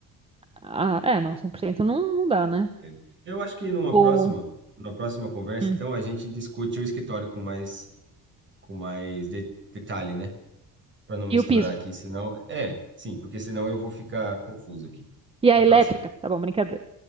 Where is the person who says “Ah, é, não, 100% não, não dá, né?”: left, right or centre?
Right